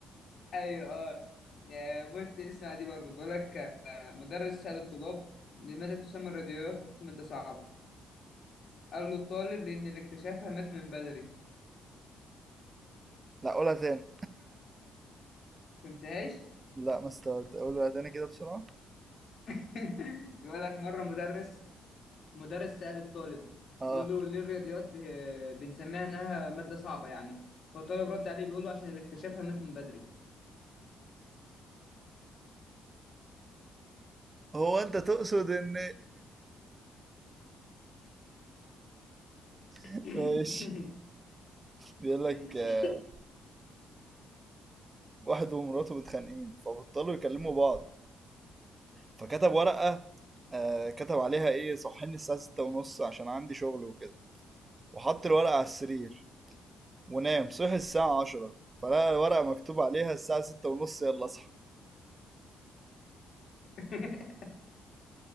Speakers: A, on the left; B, on the right.
A: ايوه اه آه، بص اسمع دي برضه بقول لك آه، مدرس سأل الطلاب لماذا تسمى الراديوات مادة صعبة قال له الطالب لأن اللي اكتشفها مات من بدري
B: لا قولها تاني
A: فهمتهاش
B: لا ما استوعبت قولها تاني كده بسرعة
A: <laughs> بيقول لك مرة مدرس مدرس سأل الطالب
B: اه
A: بيقول له ليه الرياضيات آه، بنسميها إنها مادة صعبة يعني فالطالب رد عليه بيقول له عشان اللي اكتشفها مات من بدري
B: هو انت تقصد ان
A: <laughs>
B: <laughs> ماشي بيقول لك
A: ماشي
B: آه، واحد ومراته متخانقين فبطلوا يكلموا بعض فكتب ورقة آه كتب عليها ايه صحيني الساعة ستة ونص عشان عندي شغل وكده وحط الورقة على السرير ونام صحي الساعة عشرة فلقى الورقة مكتوب عليها الساعة ستة ونص يلا اصحى
A: <laughs>